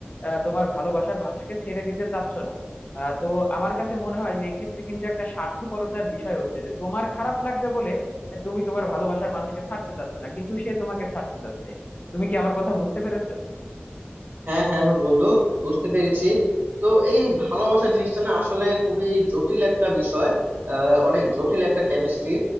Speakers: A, on the left (about 40°); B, on the right (about 60°).
A: আহ, তোমার ভালোবাসার মানুষকে ছেড়ে দিতে চাচ্ছ না আহ, তো আমার কাছে মনে হয় যে এক্ষেত্রে কিন্তু একটা স্বার্থপরতার বিষয় হচ্ছে যে তোমার খারাপ লাগবে বলে তুমি তোমার ভালোবাসার মানুষকে ছাড়তে চাচ্ছ না কিন্তু সে তোমাকে ছাড়তে চাচ্ছে তুমি কি আমার কথা বুঝতে পেরেছো
B: হ্যাঁ হ্যাঁ হ্যাঁ বন্ধু বুঝতে পেরেছি তো এই ভালোবাসা জিনিসটা না আসলে খুবই জটিল একটা বিষয় আহ, অনেক জটিল একটা কেমিস্ট্রি